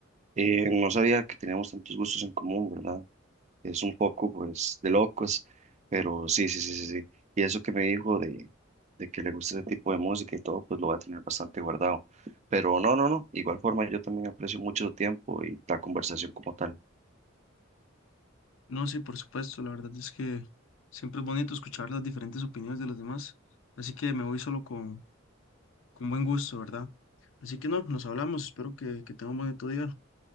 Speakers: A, on the right; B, on the left.
A: Eh, no sabía que teníamos tantos gustos en común, ¿verdad? Es un poco, pues, de locos, pero sí, sí, sí, sí, sí. Y eso que me dijo de, de que le gusta ese tipo de música y todo, pues lo voy a tener bastante guardado. Pero no, no, no, igual forma yo también aprecio mucho su tiempo y la conversación como tal.
B: No, sí, por supuesto, la verdad es que siempre es bonito escuchar las diferentes opiniones de los demás, así que me voy solo con con buen gusto, ¿verdad? Así que no, nos hablamos, espero que, que tenga un bonito día